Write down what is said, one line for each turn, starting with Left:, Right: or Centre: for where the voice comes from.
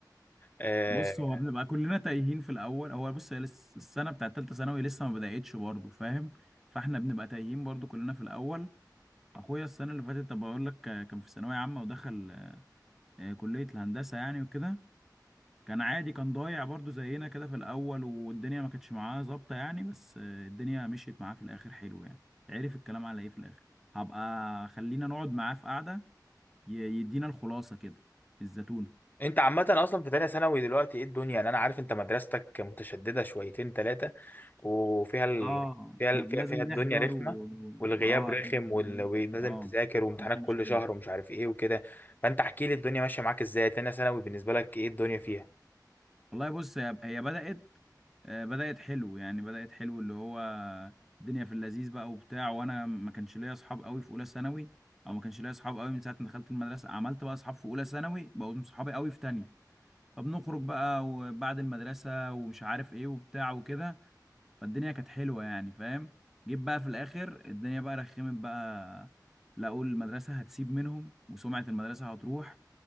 Left: آه،
Centre: بص هو بنبقى كلنا تايهين في الاول هو بص هي لس- السنة بتاعت تالتة ثانوي لسه ما بدأتش برضه فاهم فاحنا بنبقى تايهين برضه كلنا في الاول اخويا السنة اللي فاتت طب بقول لك كان في ثانوية عامة ودخل آه، كلية الهندسة يعني وكده كان عادي كان ضايع برضو زينا كده في الاول والدنيا ما كانتش معاه ظابطه يعني بس آه، الدنيا مشيت معاه في الاخر حلو يعني عرف الكلام على ايه في الاخر هبقى خلينا نقعد معاه في قعده ي- يدينا الخلاصه كده الزتونه
Left: انت عامه اصلا في تانية ثانوي دلوقتي ايه الدنيا يعني انا عارف انت مدرستك متشدده شويتين ثلاثه وفيها ال...
Centre: اه
Left: فيها
Centre: احنا
Left: ال...
Centre: لازم
Left: فيها فيها الدنيا
Centre: نحضر
Left: رخمه
Centre: و... و...
Left: والغياب
Centre: واه
Left: رخم
Centre: احنا لازم
Left: وال... ولازم
Centre: نحضر اه
Left: تذاكر وامتحانات
Centre: مفيش مشكله
Left: كل شهر ومش عارف ايه وكده فانت احكي لي الدنيا ماشيه معاك ازاي تانية ثانوي بالنسبه لك ايه الدنيا فيها
Centre: والله بص هي هي بدأت آه، بدأت حلو يعني بدأت حلو اللي هو الدنيا في اللذيذ بقى وبتاع وانا ما كانش ليا اصحاب قوي في اولى ثانوي او ما كانش ليا اصحاب قوي من ساعة ما دخلت المدرسة عملت بقى اصحاب في اولى ثانوي بقوا صحابي قوي في تانية فبنخرج بقى وبعد المدرسة ومش عارف ايه وبتاع وكده فالدنيا كانت حلوة يعني فاهم جيت بقى في الاخر الدنيا بقى رخمت بقى لا اقول المدرسة هتسيب منهم وسمعة المدرسة هتروح